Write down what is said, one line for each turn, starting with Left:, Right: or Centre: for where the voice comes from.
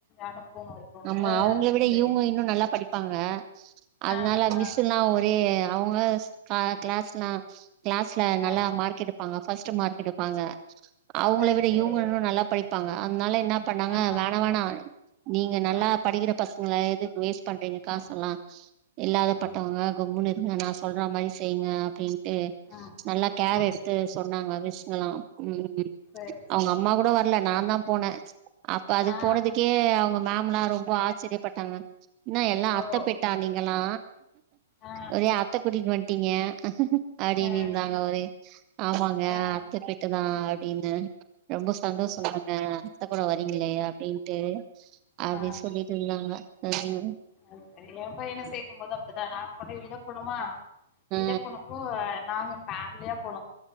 Left: அனுபவோ இருக்கும்ல
Right: ஆமா
Left: ஆ
Right: அவுங்ள
Left: அது
Right: விட
Left: சரி
Right: இவுங்க இன்னு நல்லா படி ப்பாங்க அதனால
Left: ஆ
Right: மிஸ்ஸின்லா
Left: ஆ
Right: ஒரே அவுங்க க்ளாஸ்னா க்ளாஸ்ல நல்லா
Left: ஆ
Right: மார்க் எடுப்பாங்க ஃபஸ்ட்டு மார்க் எடுப்பாங்க அவுங்கள
Left: செரி
Right: விட
Left: செரி
Right: இவுங்கன்னூ நல்லா ப்பாங்க அதனால என்னா பண்ணாங்க
Left: ஆ
Right: வேண வேணா
Left: ஆ
Right: நீங்க நல்லா
Left: ஆ
Right: படிக்கிற பசங்கள எதுக்கு வேஸ் பண்றீங்க காசல்லா
Left: ஆ
Right: இல்லாதப்பட்டவங்க
Left: ம்
Right: கம்முன்னு இருங்க நா சொல்றா
Left: ம்
Right: மாரி செய்ங்க அப்படின் ட்டு
Left: ஆ
Right: நல்லா கேர்
Left: ஆ
Right: எடுத்து சொன்னாங்க மிஸ்ங்கலா ம் ம் ம்
Left: சரி சரி
Right: அவுங்க அம்மா கூட வர்ல நா தா போன அப்ப அதுக்கு
Left: ஆ
Right: போனதுக்கு க்கே அவுங்க மேம்ல்லா ரொம்ப ஆச்சரியப்பட்டாங்க என்னா எல்லா
Left: ஓ
Right: அத்த பெட் டா நீங்களா
Left: ஆ ஆ
Right: ஒரே அத்த கூட்டிட்டு வந்ட் ட்டீங்க அப்டின்னிந்தாங்க
Left: ஆ
Right: ஒரே ஆமாங்க
Left: ஆ
Right: அத்த பெட்டு தா அப்டின்னு ரொம்ப சந்தோஷ சொல்றாங்க அத்ந கூட வரீங்களே அப்டின் ட்டு அப்டின்
Left: ஆ
Right: சொல்லிட்டு இருந்தாங்க
Left: அது சரி என் பையனை சேக்கும்போது அப்டிதா நாங்க கொண்டு விட போணமா விட
Right: ஆ
Left: போணப்போ நாங்க ஃபேமிலியா போனோ